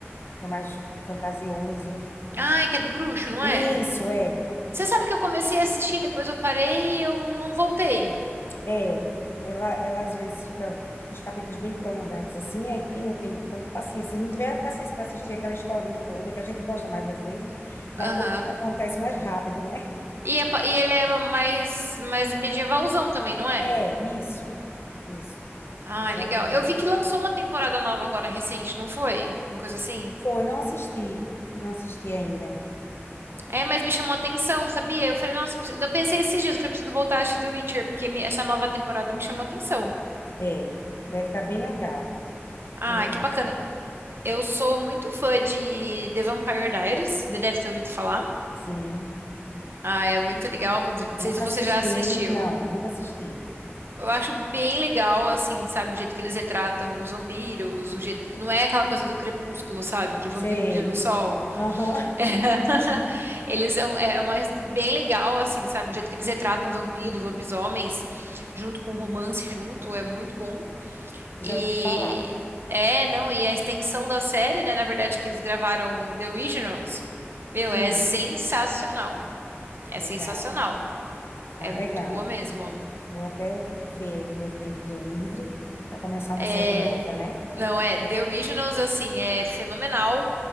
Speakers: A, on the left; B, on the right.
A: que é mais fantasioso.
B: Ah, é que é do bruxo, não
A: Isso,
B: é?
A: é.
B: Você sabe que eu comecei a assistir, depois eu parei e eu não voltei.
A: É, ela, ela às vezes fica uns capítulos bem prolongados, assim, aí quem não tem tanta paciência, se não tiver paciência para assistir aquela historinha toda, que a gente gosta mais às vezes,
B: Aham.
A: da coisa que acontece mais rápido, né? <laughs>
B: E, é pa- e ele é mais, mais medievalzão também, não é?
A: É, isso, isso,
B: Ah,
A: exatamente.
B: é legal. Eu vi que lançou uma temporada nova agora recente, não foi? Uma coisa assim?
A: Foi, não assisti, não assisti ainda.
B: É, mas me chamou a atenção, sabia? Eu falei, nossa, eu preciso- eu pensei esses dias, eu falei, preciso voltar a assistir The Witcher, porque me- essa nova temporada me chamou a atenção.
A: É, deve estar bem legal.
B: Ai,
A: Ela é-
B: que bacana. Eu sou muito fã de The Vampire Diaries, você deve ter ouvido falar.
A: sim,
B: Ah, é muito legal, não
A: nunca
B: sei se você
A: assisti,
B: já assistiu.
A: não, nunca assisti.
B: Eu acho bem legal, assim, sabe, o jeito que eles retratam os vampiros, o jeito que não é aquela coisa do crepúsculo, sabe, que vampiro
A: Sei,
B: brilha no sol.
A: aham,
B: É. <laughs> Eles são, é é uma, bem legal, assim, sabe? O jeito que eles retratam vampiros, lobisomens, junto com romance, junto, é muito bom.
A: <laughs> já
B: E
A: ouvi falar.
B: é, não, e a extensão da série, né? Na verdade, que eles gravaram The Originals, meu,
A: Sim,
B: é sensacional. É
A: legal.
B: sensacional.
A: Ah,
B: É muito
A: legal.
B: boa mesmo.
A: Vou até ver aí no meu tempinho livre para começar uma
B: É,
A: série nova, né?
B: não, é, The Originals, assim, é fenomenal.